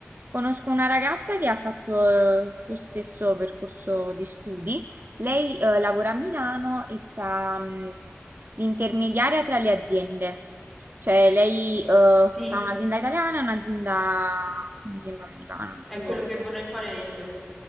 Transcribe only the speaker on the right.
Conosco una ragazza che ha fatto eh, il tuo stesso percorso di studi. Lei eh, lavora a Milano e fa mh, l'intermediaria tra le aziende. Cioè lei eh,
tra un'azienda italiana e un'azienda, mi sembra americana, non
ricordo.